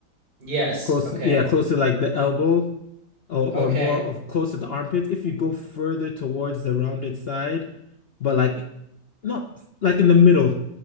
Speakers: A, on the right (about 70°); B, on the left (about 55°).
A: Yes.
B: close
A: Okay.
B: yeah, close to like the elbow or or
A: Okay.
B: more of close to the armpits. If you go further towards the rounded side, but like not like in the middle.